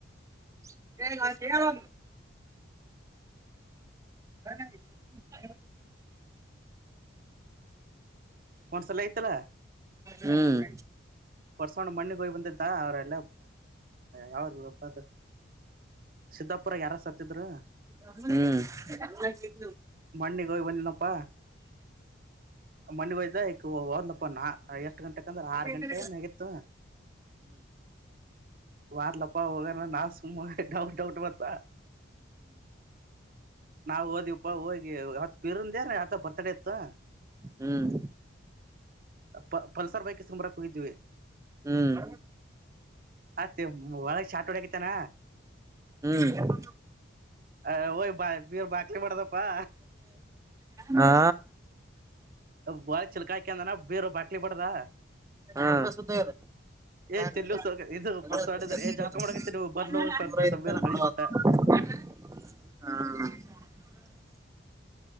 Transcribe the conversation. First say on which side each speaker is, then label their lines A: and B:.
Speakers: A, on the right (about 15°); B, on the right (about 45°).
A: <unintelligible> <inaudible>
B: ಒಂದು ಸಲ ಆಯಿತಲ್ಲ.
A: ಹ್ಮ್.
B: ಹೊರ್ಸೊಂಡ್ ಮಣ್ಣಿಗೋಯ್ ಬಂದಿದ್ದಾರ ಅವ್ರಲ್ಲ ಯಾವ <unintelligible> ಸಿದ್ದಾಪುರ ಯಾರ ಸತ್ತಿದ್ರು.
A: ಹ್ಮ್.
B: ಮಣ್ಣಿಗ್ ಹೋಗ್ ಬಂದೆನಪ್ಪ. <unintelligible> ಓದ್ಲಪ್ಪ ನಾ ಎಷ್ಟ್ ಗಂಟೆಕಂದ್ರೆ ಆರ್
A: ಹ್ಮ್
B: ಗಂಟೆ ಆಗಿತ್ತು ವದ್ಲಪ್ಪ ಹೋಗ್ರ ನಾವ ಸುಮ ಡೌಟ್ ಡೌಟ್ ಬತ್ತ ನಾವ್ ಓದವಿ ಅ ಹೋಗಿ ಅವತ್ ಪಿರುಂದ ನ ಅದ ಬರ್ತಡೆ ಇತ್ತು
A: ಹ್ಮ್
B: ಪ ಪಲ್ಸರ್ ಬೈಕ್ ಇಸ್ಕೋಬ್ರಕ್ ಹೋಗಿದೀವಿ
A: ಹ್ಮ್ ಹ್ಮ್
B: ಅತ್ತ ಒಳಗ ಷಾಟ್ ಹೊಡೆ ಕುಂತಾನ.
A: ಹ್ಮ್
B: ಅ ಒಯ್ ಬಾ ಬೀರ್ ಬಾಕಲಿ ಮಾಡ್ದಪ್ಪಾ
A: ಹಾ.
B: ಬಾರಿ ಚಿಲಕಾಕಂದಾನ ಬೀರು ಬಾಟ್ಲಿ ಬಡದಾ,
A: <unintelligible>
B: ಏ ಚೆಲ್ಲು ಇದು ಪರ್ಸ ಹೊಡಿದ್ರ ಏ ಜಳಕ ಮಾಡಕತ್ತಿ ನೀವು ಬರ್ಲ ಹೋಗ ಸದ್ದ ಮೇಲ್ ಕಳಿಸ್ಬಿಟ್ಟ